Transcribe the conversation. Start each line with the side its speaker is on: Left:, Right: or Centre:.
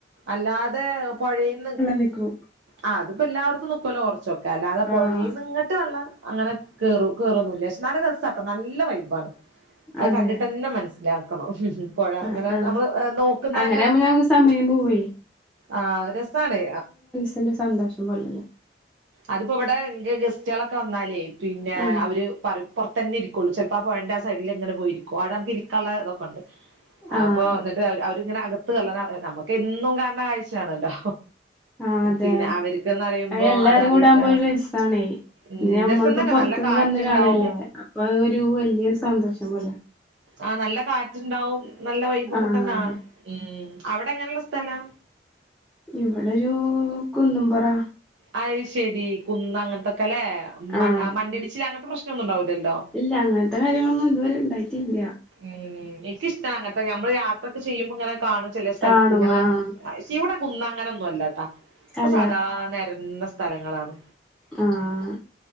Right: അല്ലാതെ പുഴേന്ന്
Centre: നിക്കൊ
Right: ആഹ അതിപ്പോ എല്ലായിടത്തും നിക്കുവല്ലോ കൊറച്ചൊക്കെ അല്ലാതെ പുഴേന്ന്
Centre: ആഹ്
Right: ഇങ്ങട്ട് വെള്ളം അങ്ങനെ കേറ കേറൊന്നില്ല പക്ഷെ നല്ല രസാട്ട നല്ല വൈബ്ആണ് അത്
Centre: അതെ
Right: കണ്ടിട്ട് തന്നെ മനസ് ലാക്കണം പുഴ
Centre: ആഹ്
Right: അങ്ങനെ
Centre: ആഹ്
Right: നമ്മള് നോക്കുന്നന്നെ
Centre: അങ്ങനെ ആകുമ്പോ നമുക്ക് സമയം പോവേ
Right: ആഹ രസാണെ
Centre: ന്റെ സന്തോഷം കൊണ്ടന്നേ
Right: അതിപ്പോ ഇവിടെ നിക്ക് ഗെസ്റ്റുകളൊക്കെ വന്നാലേ പിന്നെ
Centre: ആഹ്
Right: അവര് പറിം പുറത്തു തന്നെ ഇരിക്കൊള്ളൂ ചിലപ്പോ ആ പോഴന്റെ ആഹ സൈഡിൽ ഇങ്ങനെ പോയിരിക്കും ആടെ നമുക്ക് ഇരിക്കാനുള്ളതൊക്ക ഉണ്ട്
Centre: ആഹ്
Right: അപ്പൊ എന്നിട്ട് അവരിങ്ങനെ അകത്ത് കള്ളണം നമുക്ക് എന്നും കാണണ കാഴ്ചയാണല്ലോ
Centre: ആഹ അതെ
Right: പിന്നെ അവർക്ക്ന്ന് പറയുമ്പോ
Centre: എല്ലാരും
Right: അത് ആദ്യായിട്ടാണ്
Centre: കൂടെ ആകുമ്പോ ഒരു രസണേ
Right: ഉം
Centre: പിന്ന നമ്മളിപ്പോ
Right: രസം തന്നെ
Centre: പുറത്തുന്ന്
Right: നല്ല കാറ്റുണ്ടാവും
Centre: വന്ന് കാണല്ലേ അപ്പൊ ഒരു വല്യൊരു സന്തോഷം പോലെ
Right: ആഹ നല്ല കാറ്റുണ്ടാവും നല്ല വൈബ്ഒക്കെ
Centre: ആഹ്
Right: തന്നെ ആണ് ഉമ് അവിടെ എങ്ങനെയുള്ള സ്ഥലാ
Centre: ഇവിടോരു കുന്നുംപൊറാ
Right: അത് ശെരി കുന്ന അങ്ങനത്തെക്കെ അല്ലെ
Centre: ആഹ്
Right: മണ്ണിടിച്ചിൽ അങ്ങനത്തെ പ്രശ്നം ഒന്നും ഉണ്ടാവില്ലല്ലോ
Centre: ഇല്ല അങ്ങനത്തെ കാര്യങ്ങളൊന്നും ഇതുവരെ ഉണ്ടായിട്ടില്ല
Right: ഉംമ് എനിക്കിഷ്ടമാണ് അങ്ങനത്തെ ഞമ്മള് യാത്രൊക്കെ ചെയ്യുമ്പോ ഇങ്ങനെ കാണും ചെലെ സ്ഥലത്ത്
Centre: കാണും
Right: ഇങ്ങനെ
Centre: ആഹ്
Right: ഇവിടെ കുന്ന അങ്ങനൊന്നും അല്ലാട്ടാ ഒക്കെ
Centre: അല്ല
Right: സാദാ നിരന്ന സ്ഥലങ്ങളാണ്
Centre: ആഹ്